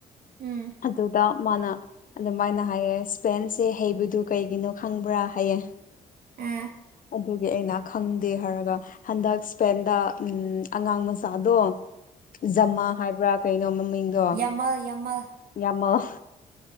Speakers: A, on the right (about 70°); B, on the left (about 55°).
A: ꯎꯝ
B: ꯑꯗꯨꯗ ꯃꯥꯅ ꯑꯗꯨꯃꯥꯏꯅ ꯍꯥꯏꯌꯦ ꯏꯁꯄꯦꯟꯁꯦ ꯍꯩꯕꯗꯨ ꯀꯩꯒꯤꯅꯣ ꯈꯪꯕ꯭ꯔ ꯍꯥꯏꯌꯦ
A: ꯑꯥ
B: ꯑꯗꯨꯒꯤ ꯑꯩꯅ ꯈꯪꯗꯦ ꯍꯥꯏꯔꯒ ꯍꯟꯗꯛ ꯏꯁꯄꯦꯟꯗ ꯎꯝ ꯑꯉꯥꯥꯡ ꯃꯆꯥꯗꯣ ꯖꯝꯃꯥ ꯍꯥꯏꯕ꯭ꯔꯥ ꯀꯩꯅꯣ ꯃꯃꯤꯡꯗꯣ
A: ꯌꯥꯝꯜ ꯌꯥꯃꯜ
B: ꯌꯥꯃꯜ